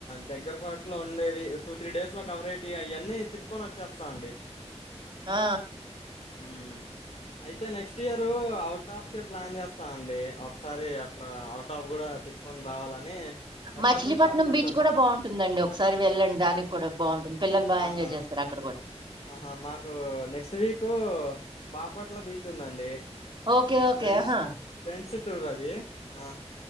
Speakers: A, on the left (about 65°); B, on the right (about 40°).
A: దగ్గరపాటులో ఉండేవి టూ త్రీ డేస్ లో కవరయిట్ అయి అన్ని తిప్పుకొని వచ్చేస్తా సాండే
B: ఆ
A: ఉ అయితే నెక్స్ట్ ఇయరు అవుట్ ఆఫ్ కే ప్లాన్ చేస్తా అండి ఒకసారి అట్లా అవుట్ ఆఫ్ కూడా తిప్పుకొని రావాలని ఎప్పటినుంచో
B: మచిలీపట్నం
A: అనుకుంటున్నా.
B: బీచ్ కూడా బాగుంటుందండి ఒకసారి వెళ్ళండి దానికి కూడా బాగుంటుంది పిల్లలు బాగా
A: ఆహా!
B: ఎంజాయ్ చేస్తారు అక్కడ కూడా
A: ఆహా మాకు నెక్స్ట్ వీకు బాపట్ల బీచ్ ఉందండి
B: ఓకే
A: ఆ,
B: ఓకేహా
A: ఫ్రెండ్స్ ఫ్రెండ్స్ టూర్ అది ఆ